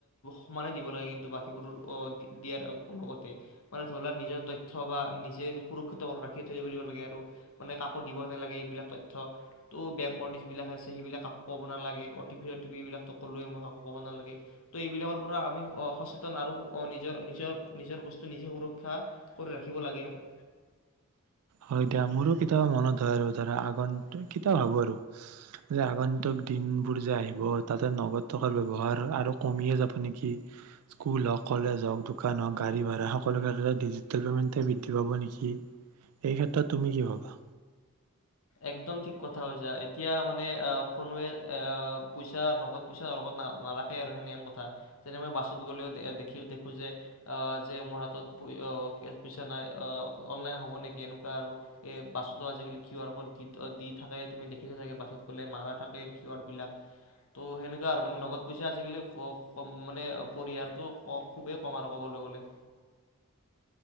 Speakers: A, on the left; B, on the right.
A: সমানেই দিব লাগে কিন্তু বাকীবোৰ দিয়াৰ লগতে মানে ধৰি লওক নিজৰ তথ্য বা নিজে সুৰক্ষিত ৰাখি থৈ দিব লাগে আৰু মানে কাকো দিব নালাগে এইবিলাক তথ্য ত' বেংকৰ যি বিলাক আছে সেইবিলাক কাকো ক'ব নালাগে, অটিপি অটিপি এইবিলাকতো কলোৱে মই কাকো ক'ব নালাগে ত' এইবিলাকৰ পৰা আমি সচেতন আৰু নিজৰ নিজৰ নিজৰ বস্তু নিজে সুৰক্ষা কৰি ৰাখিব লাগে আৰু
B: হয় দিয়া মোৰো কেতিয়াবা মনত আৰু ধৰা আগন্তুক কেতিয়াও ভাবো আৰু যে আগন্তুক দিন বোৰ যে আহিব তাতে নগদ থকাৰ ব্যৱহাৰ আৰু কমিয়ে যাব নেকি? স্কুল হওক, কলেজ হওঁক, দোকান হওক, গাড়ী ভাৰা সকলো ক্ষেত্ৰতে ডিজিট পেমেন্ট বৃদ্ধি পাব নেকি? এই ক্ষেত্ৰত তুমি কি ভ'বা?
A: একদম ঠিক কথা কৈচা, এতিয়া মানে কোনোৱে পইচা ন পইচাত ন নাৰাখে আৰু সেনেহেন কথা যেনে মই বাছত গ'লেও দেখ দেখো যে যে মোৰ হাতত পইচা নাই অনলাইন হ'ব নেকি এনেকুৱা আৰু এ বাছতো আজিকালি কিউ আৰ ক'ড দি থাকে তুমি দেখিছা চাগে বাছত গলে মাৰা থাকে কিহ বিলাক ত' সেনেকুৱা আৰু মানে নগদ পইচা আজিকালি ক মানে পৰিহাৰটো খুবেই কম আৰু ক'বলৈ গলে।